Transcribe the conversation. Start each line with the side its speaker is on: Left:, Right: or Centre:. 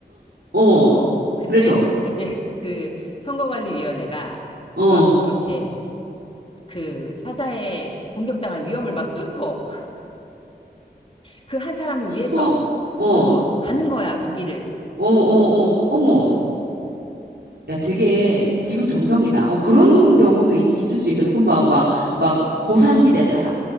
Right: 어,
Left: 어, 근데
Right: 그래서,
Left: 이제 <laughs> 그 선거관리위원회가
Right: 어, 어,
Left: 막 이렇게 그 사자의 공격당할 위험을 막 뚫고 <laughs> 그 한 사람을 위해서
Right: 어, 어,
Left: 어, 가는 거야, 거기를.
Right: 어, 어, 어머,
Left: 어,
Right: 야, 되게 지극정성이다. 어, 그런
Left: 어,
Right: 경우도 이- 있을 수 있거든. 그럼 막, 막, 막 고산지대 살아.